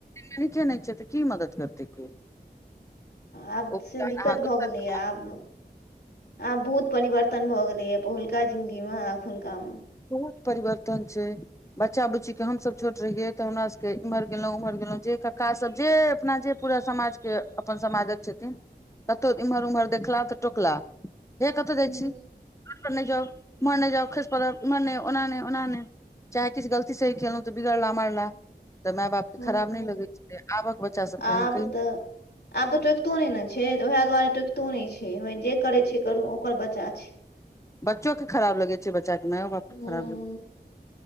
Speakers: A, on the left; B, on the left.
A: ठीके नय छै तऽ की मदद करतै कोइ
B: आब
A: ओ
B: से
A: अहाँ
B: दिक्कत
A: दोसर
B: भऽ गेलैया आब आब बहुत परिवर्तन भए गेलैये पहिलका जिनगी में अखुनका में
A: बहुत परिवर्तन छै बच्चा बुच्ची के हमसभ छोट रहियै तऽ हमरा सभके एम्हर गेलो ओम्हर गेलहुँ जे कक्का सभ जे अपना जे पूरा समाजके अपन समाजक छथिन कतहु इम्हर उम्हर देखलाह तऽ टोकलाह हे कत्त जाइ
B: हँ
A: छी नहि जाउ ओमहर नहि जाउ खैस पड़ब एमहर नै ओना नै ओना नै चाहे किछ गलती सही केलहुं तऽ बिगड़ला मारला तऽ माय बापके
B: हँ
A: खराब नहि लगै छलै आबक बच्चा सबके
B: आब
A: अहाँ कहियौ
B: तऽ आब तऽ टोकितो नहि ने छै ओएह दुआरे टो- कितो नहि छै जे करै छै करू ओकर बच्चा छै
A: बच्चोके खराब लगै छै बच्चाके मायओ बापके
B: ह
A: खराब लगै छै